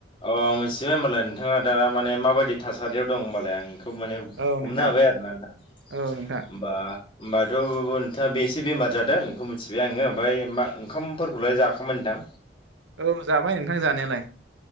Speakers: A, on the left; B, on the right.
A: अ मिथिबाय होनबालाय नोंथाङा दा माने माबायदि थासा रियाव दं होमबालाय आं बेखौ माने
B: औ
A: हमनो
B: नोंथां
A: हाबाय आरो ना नोंथां
B: औ नोंथां
A: होमबा होमबा <unintelligible> नोंथाङा बे एसे बेमार जादों बेखौ मिथिबाय आङो ओमफ्राय मा ओंखामफोरखौलाय जाखांबाय नोंथां?
B: औ जाबाय नोंथां जानायालाय